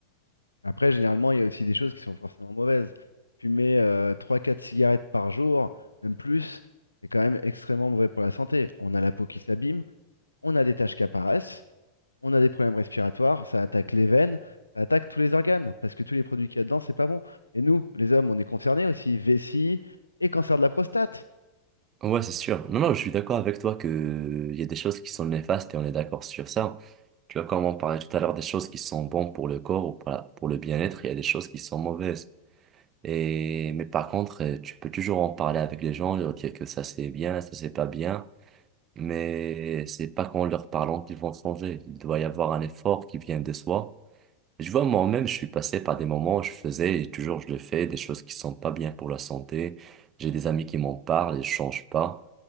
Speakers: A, on the left; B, on the right.
A: Après, généralement, il y a aussi des choses qui sont forcément mauvaises. Fumer euh, trois, quatre cigarettes par jour, même plus, c'est quand même extrêmement mauvais pour la santé. On a la peau qui s'abîme, on a des taches qui apparaissent. on a des problèmes respiratoires, ça attaque les veines, ça attaque tous les organes, parce que tous les produits qu'il y a dedans, c'est pas bon. Et nous, les hommes, on est concernés aussi, vessie et cancer de la prostate.
B: Ouais, c'est sûr. Non, non, je suis d'accord avec toi que il y a des choses qui sont néfastes et on est d'accord sur ça. Tu vois, comme on parlait tout à l'heure des choses qui sont bonnes pour le corps ou pour la- pour le bien-être, il y a des choses qui sont mauvaises. Et, mais par contre, euh, tu peux toujours en parler avec les gens, leur dire que ça c'est bien, ça c'est pas bien. Mais c'est pas qu'en leur parlant qu'ils vont changer. Il doit y avoir un effort qui vient de soi. Je vois, moi-même, je suis passé par des moments où je faisais et toujours je le fais, des choses qui sont pas bien pour la santé. J'ai des amis qui m'en parlent et je change pas.